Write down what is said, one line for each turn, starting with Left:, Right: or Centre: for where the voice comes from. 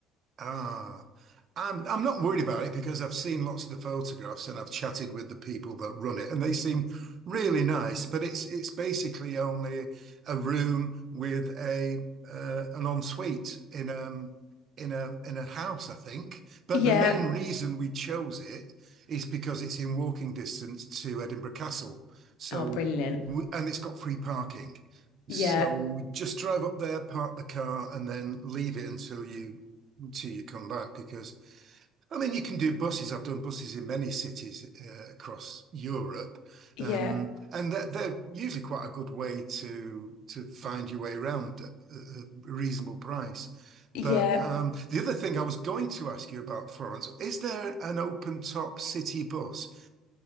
Right: Ah, I'm I'm not worried about it because I've seen lots of the photographs and I've chatted with the people that run it and they seem really
Left: Mm.
Right: nice, but it's it's basically only a room with a uh, an ensuite in um in a in a house, I think. But
Left: Yeah.
Right: the main reason we chose it is because it's in walking distance to Edinburgh Castle. So
Left: Oh, brilliant.
Right: we, and it's got free parking. So
Left: Yeah.
Right: we just drive up there, park the car, and then leave it until you till you come back because I mean you can do buses. I've done buses in many cities uh, across Europe,
Left: Yeah.
Right: um, and they're, they're usually quite a good way to to find your way around at a reasonable price.
Left: Yeah.
Right: But um, the other thing I was going to ask you about Florence, is there an open top city bus?